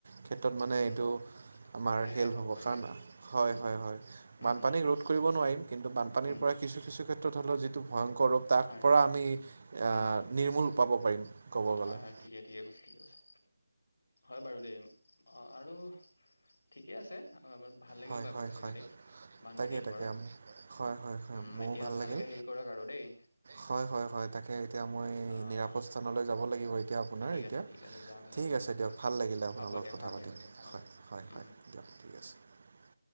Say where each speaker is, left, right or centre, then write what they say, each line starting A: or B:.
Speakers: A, on the right; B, on the left.
A: ক্ষেত্ৰত মানে
B: উম
A: এইটো আমাৰ
B: ৰেহাই
A: হেল্প
B: পাব
A: হ'ব
B: পাৰি
A: কাৰণ
B: আৰু
A: হয়
B: উম
A: হয় হয়
B: উম
A: বানপানীক
B: উম
A: ৰোধ কৰিব নোৱাৰিম কিন্তু বানপানীৰ
B: উম
A: পৰা কিছু কিছু ক্ষেত্ৰত হলেও যিটো ভয়ং কৰোঁতা
B: হয়
A: পৰা আমি অঁ
B: উম
A: নিৰ্মূল পাব পাৰিম কব গলে।
B: হয় হয়
A: <inaudible>
B: ঠিকে ঠিকে কৈছে ঠিকে কৈছে হয় বাৰু দেই অ আৰু ঠিকে আছে। অ ভাল লাগিল
A: হয়
B: বাৰু
A: হয়
B: কথাটো
A: হয়
B: পাতি, বানপানীৰ
A: তাকে
B: ওপৰত
A: তাকে আমি হয় হয় হয়
B: উম
A: মোৰো
B: এতিয়া
A: ভাল
B: ভালকে
A: লাগিল
B: হে কৰক আৰু দেই।
A: হয় হয় হয় তাকে। এতিয়া মই
B: অ
A: নিৰাপদ স্থানলৈ যাব লাগিব এতিয়া আপোনাৰ
B: ঠিক
A: এতিয়া
B: আছে ঠিক আছে যাওক যাওক
A: ঠিক আছে
B: যাওক
A: দিয়ক ভাল লাগিলে আপোনাক।
B: হ'ব
A: তলত
B: দিয়ক
A: কথা
B: ভাল
A: পাতিম
B: দিয়ক এতিয়া হ'ব
A: হয়
B: হ'ব
A: হয়
B: উম
A: হয়
B: উম।
A: দিয়ক ঠিক আছে।